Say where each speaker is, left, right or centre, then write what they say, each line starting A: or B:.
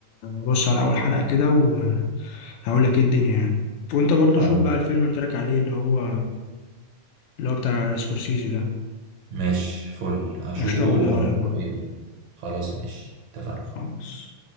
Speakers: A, on the left; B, on the right.
A: بص على اول حلقه كده وهقول لك ايه الدنيا يعني وانت برضو
B: خلاص
A: شوف بقى الفيلم اللي قلت لك عليه اللي هو اللي هو بتاع سكورسيزي ده
B: ماشي فل هشوفه
A: قشطة قول
B: واقول
A: لي رأيك
B: لك
A: برضه
B: رأيي خلاص ماشي اتفقنا
A: خلاص